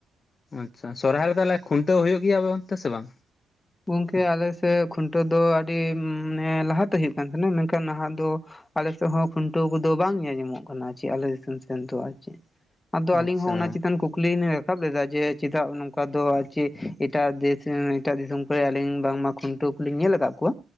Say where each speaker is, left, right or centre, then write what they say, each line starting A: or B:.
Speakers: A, on the left; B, on the left.
A: ᱟᱪᱪᱷᱟ ᱥᱚᱨᱦᱟᱭ ᱨᱮᱫᱚ ᱛᱟᱦᱞᱮ ᱠᱷᱩᱱᱴᱟᱹᱣ ᱦᱩᱭᱩᱜ ᱜᱮᱭᱟ ᱟᱵᱮ ᱚᱱᱛᱮ ᱥᱮ ᱵᱟᱝᱟ?
B: ᱜᱚᱝᱠᱮ ᱟᱞᱮ ᱥᱮᱜ ᱠᱷᱩᱱᱴᱟᱹᱣ ᱫᱚ ᱟᱹᱰᱤ ᱢᱟᱱᱮ ᱞᱟᱦᱟᱛᱮ ᱦᱩᱭᱩᱜ ᱠᱟᱱ ᱛᱟᱦᱮᱱᱟ ᱢᱮᱱᱠᱷᱟᱱ ᱱᱟᱦᱟᱜ ᱫᱚ ᱟᱞᱮ ᱥᱮᱜ ᱦᱚᱸ ᱠᱷᱩᱱᱴᱟᱹᱣ ᱠᱚᱫᱚ ᱵᱟᱝ ᱧᱮᱞ ᱧᱟᱢᱚᱜ ᱠᱟᱱᱟ ᱟᱨ ᱪᱮᱜ ᱟᱞᱮ ᱫᱤᱥᱚᱢ ᱥᱮᱱ ᱫᱚ ᱟᱨ ᱪᱮᱫ ᱟᱫᱚ ᱟᱹᱞᱤᱧ
A: ᱟᱪᱪᱷᱟ
B: ᱦᱚᱸ ᱚᱱᱟ ᱪᱮᱛᱟᱱ ᱠᱩᱠᱞᱤ <unintelligible> <unintelligible> ᱞᱮᱫᱟ ᱡᱮ ᱪᱮᱫᱟᱜ ᱱᱚᱝᱠᱟ ᱫᱚ ᱟᱨ ᱪᱮ ᱮᱴᱟᱜ ᱫᱮᱥ ᱮᱸ ᱮᱴᱟᱜ ᱫᱤᱥᱚᱢ ᱠᱚᱭᱟᱜ ᱟᱹᱞᱤᱧ ᱵᱟᱝ ᱢᱟ ᱠᱷᱩᱱᱴᱟᱹᱣ ᱠᱚ ᱞᱤᱧ ᱧᱮᱞ ᱟᱠᱟᱜ ᱠᱚᱣᱟ